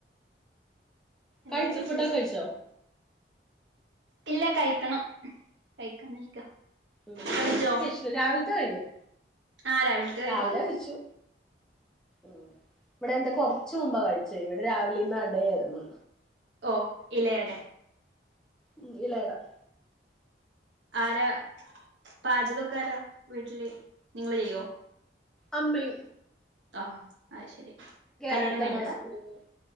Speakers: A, on the right; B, in the centre.
A: എന്തൊക്കെയ
B: കഴിച്ചോ
A: വിശേഷം
B: ഫുഡോക്കെ കഴിച്ചോ
A: ഇല്ല കഴിക്കണം കഴിക്കാനിരിക്ക
B: ഉം എന്തായിരുന്നു
A: കഴിച്ചോ
B: സ്പെഷ്യല് രാവിലത്തെ കഴിഞ്ഞു
A: ആ രാവിലത്തെ
B: രാവിലെ
A: കഴിഞ്ഞു
B: വച്ചു ഉം ഇവിടെ എന്താ കൊർച്ചു മുമ്പാ കഴിച്ചേ ഇവിടെ രാവിലെ ഇന്ന് അടയായിരുന്നു
A: ഓ ഇലയടേ
B: ഉം ഇല ട
A: ആരാ പാചകൊക്കാരാ വീട്ടില് നിങ്ങള് ചെയ്യോ
B: അമ്മ യ്യും
A: ആ അഅ് ശെരി കല്യാണം
B: അടുത്ത
A: കഴിഞ്ഞതാ
B: മാസം ഒരു-